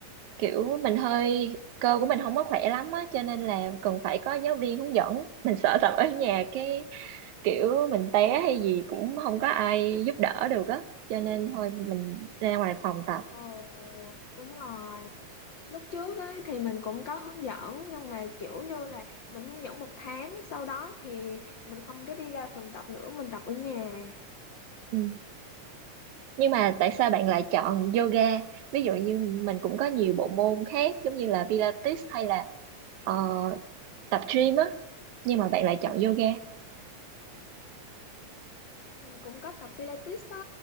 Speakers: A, on the right; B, on the left.
A: kiểu mình hơi cơ của mình không có khỏe lắm á cho nên là cần phải có giáo viên hướng dẫn mình sợ tập ở nhà cái kiểu mình té hay gì cũng không có ai giúp đỡ được á cho nên thôi mình ra ngoài phòng tập
B: ồ đúng rồi lúc trước ấy thì mình cũng có hướng dẫn nhưng mà kiểu như là mình hướng dẫn một tháng sau đó thì mình không có đi ra phòng tập nữa mình tập ở nhà
A: Ừ. Nhưng mà tại sao bạn lại chọn yoga? Ví dụ như mình cũng có nhiều bộ môn khác giống như là Pilates hay là ờ, tập gym á, nhưng mà bạn lại chọn yoga.
B: mình cũng có tập Pilates á